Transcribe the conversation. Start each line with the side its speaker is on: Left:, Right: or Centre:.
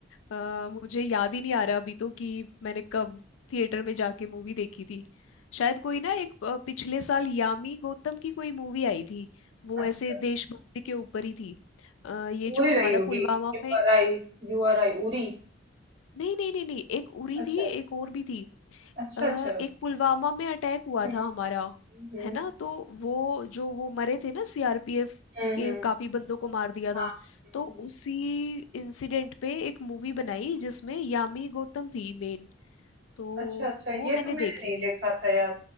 Left: अ, मुझे याद ही नहीं आ रहा अभी तो कि मैंने कब थिएटर में जाके मूवी देखी थी शायद कोई ना एक अ, पिछले साल यामी गौतम की कोई मूवी आई थी वो
Right: अच्छा
Left: ऐसे देशभक्ति के ऊपर ही थी अ, ये जो
Right: उरी
Left: हमारा
Right: रही होगी
Left: पुलवामा
Right: U
Left: में
Right: R I U R I Uri
Left: नहीं नहीं नहीं नहीं एक उरी
Right: अच्छा
Left: थी एक और भी थी
Right: अच्छा
Left: अ,
Right: अच्छा
Left: एक पुलवामा में अटैक हुआ
Right: हम्म
Left: था हमारा
Right: हम्म
Left: है ना तो वो जो वो मरे थे ना सीआरपीएफ
Right: हम्म
Left: के
Right: हम्म,
Left: काफी बंदों को मार दिया था
Right: हाँ हम्म,
Left: तो
Right: हम्म।
Left: उसी इंसिडेंट पे एक मूवी बनाई जिसमें यामी गौतम थी मेन तो
Right: अच्छा अच्छा
Left: वो
Right: ये
Left: मैंने
Right: तो मैंने
Left: देखी
Right: नहीं
Left: थी
Right: देखा था यार